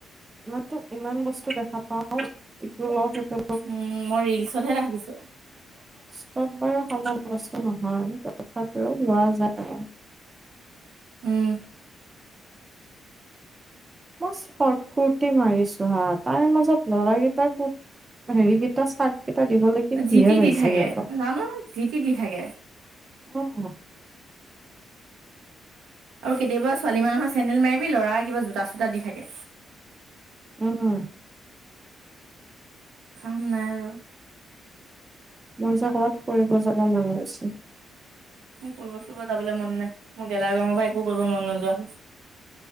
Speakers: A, on the right; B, on the right.
A: ইয়াটো ইমান বস্তু দেখা পাও ইটো লও সেইটো
B: উম মই ৰিলচতহে ৰাখিছো।
A: চব বাৰু সমান বস্তু নহয়। ৰ লোৱা যোৱা।
B: উম।
A: মই স্পটকুটি মাৰিছো হা তাৰে মাজত লৰাকেইটাক
B: <inaudible>
A: হেৰিকেইটা চাৰ্ট কেইটা দিবলৈকে
B: যি
A: কিহে
B: টি দি
A: পাইছে
B: থাকে।
A: ইহঁতক।
B: জানো যি টি দি থাকে।
A: উম,
B: আৰু কেতিয়াবা ছোৱালী মানুহৰ চেণ্ডেল মাৰিবি লৰা কিবা জোতা চোতা দি থাকে।
A: উম,
B: কাম নাই আৰু।
A: মোৰ যে কৰবাত ফুৰিব যাব মন গৈছে।
B: মোৰ ফুৰিব চুৰিব যাবলৈ মন নাই মোৰ গেলা গৰমৰ পৰা একো কৰিব মন নোযোৱা হল।